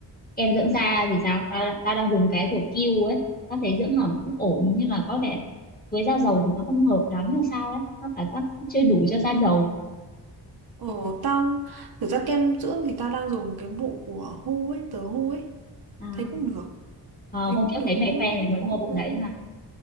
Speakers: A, on the left; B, on the right.
A: Kem dưỡng da thì sao? Tao tao đang dùng cái của Q ấy. Tao thấy dưỡng ẩm cũng ổn nhưng mà có vẻ với da dầu thì nó không hợp lắm hay sao ấy. Tao cảm giác chưa đủ cho da dầu.
B: Ồ, tao thực ra kem dưỡng thì tao đang dùng cái bộ của Hu ấy, tờ Hu ấy,
A: À,
B: thấy cũng được,
A: ờ,
B: thấy
A: hôm
B: cũng
A: trước
B: được,
A: thấy mày
B: cũng
A: khoe
B: cũng
A: mày mới
B: cũng
A: mua
B: ok.
A: bộ đấy mà.